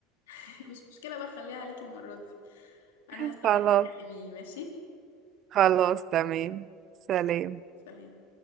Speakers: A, on the left; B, on the right.
A: <laughs> مش مشكلة بقى خليها عليكي المرة دي انا
B: <laughs>
A: هستناكي
B: خلاص
A: تكلميني ماشي
B: خلاص تمام سلام
A: سلام